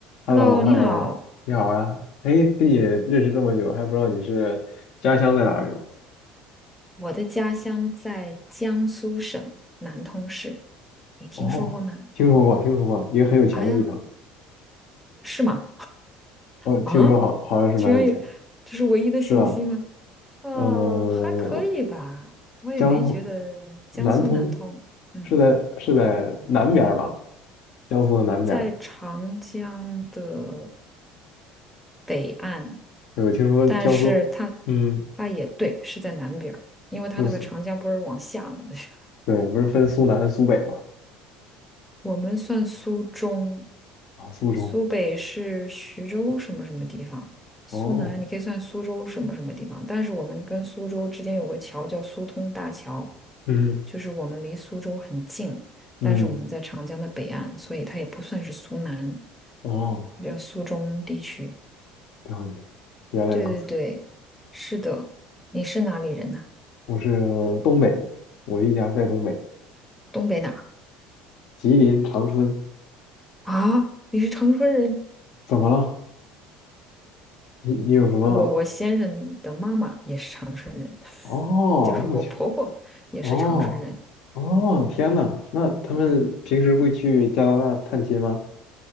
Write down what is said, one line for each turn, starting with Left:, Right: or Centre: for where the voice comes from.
Left: h
Centre: Hello，
Left: e l l o h
Centre: 你好，
Left: e l l o 你好啊！哎，跟你认识这么久，还不知道你是家乡在哪里哦？
Centre: 我的家乡在江苏省南通市，你听说过吗？
Left: 哦，听说过，听说过，一个很有钱的地方。
Centre: 哎呀，是吗？
Left: 哦，听说好，
Centre: 啊，
Left: 好像是蛮有钱的
Centre: 居然有，这是唯一的信息吗？
Left: 是吧？
Centre: 哦，
Left: 呃，
Centre: 还可以吧，我也没觉得江苏南通，
Left: 江苏南通
Centre: 嗯，
Left: 是在是在南边儿吧？江苏的南边儿。
Centre: 在长江的北岸，
Left: 对，我听说江苏，
Centre: 但是它
Left: 嗯，
Centre: 它也对，是在南边儿，因为它那个长江不是往下了吗？
Left: 就是
Centre: <laughs>
Left: 对，不是分苏南、苏北嘛？
Centre: 我们算苏中，
Left: 啊，苏州。
Centre: 苏北是徐州什么什么地方，苏南你可以算苏州什么什么地方，
Left: 哦，
Centre: 但是我们跟苏州之间有个桥叫苏通大桥，
Left: 嗯
Centre: 就是我们离苏州很近，
Left: 嗯，
Centre: 但是我们在长江的北岸，所以它也不算是苏南，
Left: 哦，
Centre: 叫苏中地区。
Left: 了解，原来如此。
Centre: 对对对，是的。你是哪里人呢、
Left: 我是东北的，我一家在东北，
Centre: 东北哪儿
Left: 吉林长春。
Centre: 啊？你是长春人？
Left: 怎么了？你你有什么？
Centre: 我我先生的妈妈也是长春人。
Left: 哦，
Centre: 就是我婆婆也是长春人，
Left: 这么巧。哦哦，天呐，那他们平时会去加拿大探亲吗？